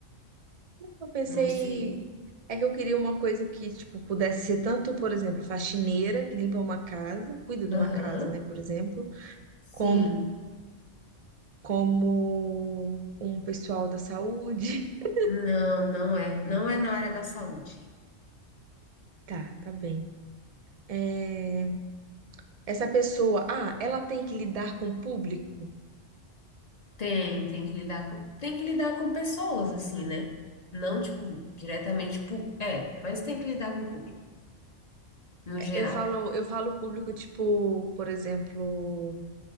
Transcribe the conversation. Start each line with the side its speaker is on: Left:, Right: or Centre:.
Right: Eu pensei,
Left: Não sei.
Right: é que eu queria uma coisa que, tipo, pudesse ser tanto, por exemplo, faxineira, que limpa uma casa, cuida de
Left: Aham.
Right: uma casa, né, por exemplo,
Left: Sim.
Right: como como um pessoal da saúde. <laughs>
Left: Não, não é. Não é na área da saúde.
Right: Tá, tá bem. É, Essa pessoa, ah, ela tem que lidar com o público.
Left: Tem, tem que lidar com, tem que lidar com pessoas, assim, né? Não, tipo, diretamente público. É, mas tem que lidar com o público, no geral.
Right: Eu falo, eu falo público, tipo, por exemplo,